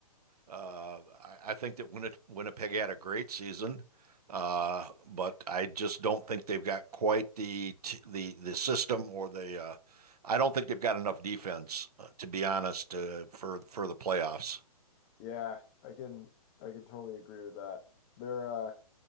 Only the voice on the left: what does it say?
Yeah, I can, I can totally agree with that. They're, uh,